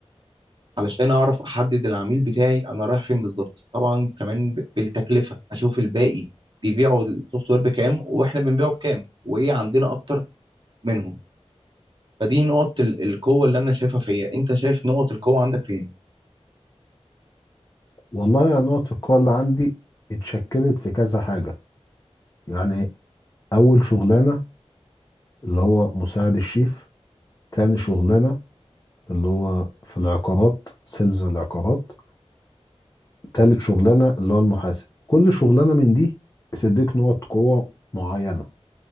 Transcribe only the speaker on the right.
علشان اعرف احدد العميل بتاعي انا رايح فين بالظبط طبعا كمان ب- بالتكلفه اشوف الباقي بيبيعوا السوفت وير بكام واحنا بنبيعه بكام وايه عندنا اكتر منهم فدي نقط ال- القوه اللي انا شايفها فيا انت شايف نقط القوه عندك فين